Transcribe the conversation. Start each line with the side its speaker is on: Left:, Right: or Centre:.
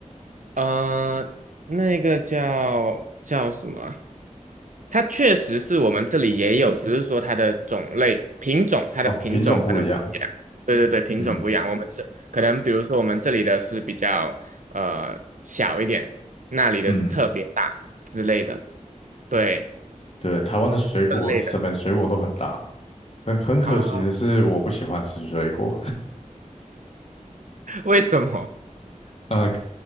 Right: 呃，那个叫叫什么啊它确实是我们这里也有，只是说它的种类品种，它的品种可能不一样。
Left: 哦，品种不一样。
Right: 对对对，品种不一样。
Left: 嗯
Right: 我们这可能比如说我们这里的是比较呃小一点，那里的是特别大之类的。
Left: 嗯，
Right: 对，
Left: 对，台湾的水果什么水果都很大，
Right: 分类的
Left: 很很可惜的是我不喜欢吃水果，
Right: 啊？<laughs> 为什么？
Left: <laughs> 呃，